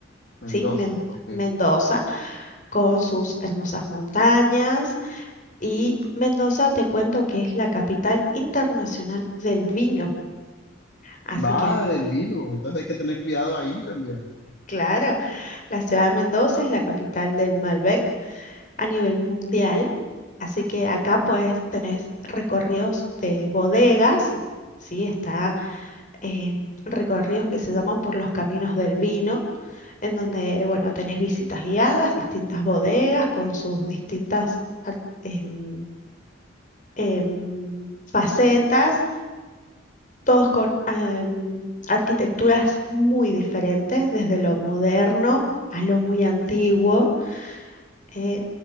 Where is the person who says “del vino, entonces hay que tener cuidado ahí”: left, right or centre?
Left